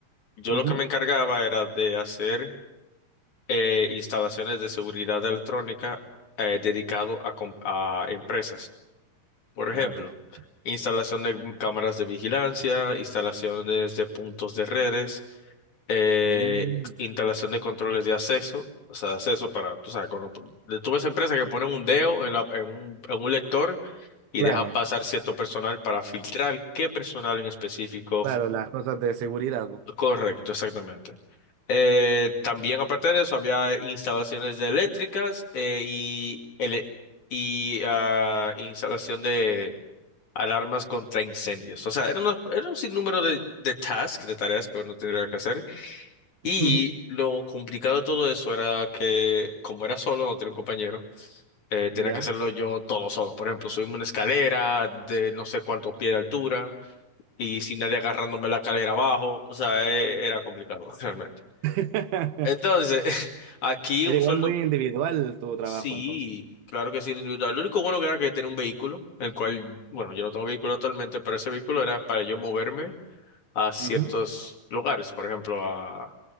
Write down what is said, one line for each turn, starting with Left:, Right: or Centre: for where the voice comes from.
Left: Yo
Right: Ujú.
Left: lo que me encargaba era de hacer eh, instalaciones de seguridad electrónica eh, dedicado a, com- a empresas. Por ejemplo,
Right: Ah, perfecto.
Left: instalación de cámaras de vigilancia, instalaciones de puntos de redes eh,
Right: Mm,
Left: instalación de controles de acceso, o sea, de acceso para, tú sabes, cuando p- tú ves empresas que ponen un dedo en, la- en un, en un lector y
Right: Claro,
Left: deja pasar cierto personal para filtrar qué personal en específico.
Right: claro, las cosas de seguridad. po.
Left: Correcto, exactamente. Eh, también aparte de eso había instalaciones de eléctricas eh, y, ele- y ah, instalación de alarmas contra incendios. O sea, era, una- era un sinnúmero de, de tasks, de tareas que uno tendría que hacer. Y
Right: <laughs>
Left: lo complicado de todo eso era que, como era solo, no tenía un compañero, eh,
Right: Ya.
Left: tenía que hacerlo yo todo solo. Por ejemplo, subimos una escalera de no sé cuántos pies de altura y sin nadie agarrándome la escalera abajo. O sea, eh, era complicado <laughs> realmente.
Right: <laughs>
Left: Entonces, <laughs> aquí
Right: Era
Left: un
Right: igual
Left: sueldo,
Right: muy individual tu trabajo
Left: sí,
Right: entonces.
Left: claro que sí, era individual. Lo único bueno que era que tenía un vehículo, el cual, bueno, yo no tengo vehículo actualmente, pero ese vehículo era para yo moverme a ciertos
Right: Ujú,
Left: lugares, por ejemplo, a,